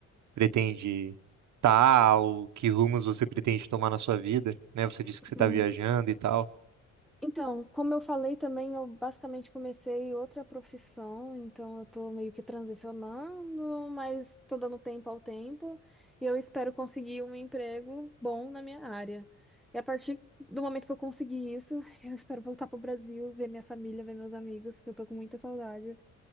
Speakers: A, on the right (about 70°); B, in the centre.
A: pretende tal que rumos você pretende tomar na sua vida, né? Você disse que
B: entender.
A: você está viajando e tal.
B: Então, como eu falei também, eu basicamente comecei outra profissão, então eu tô meio que transicionando, mas tô dando tempo ao tempo e eu espero conseguir um emprego bom na minha área. E a partir do momento que eu conseguir isso, <laughs> eu espero voltar pro Brasil, ver minha família, ver meus amigos, que eu tô com muita saudade.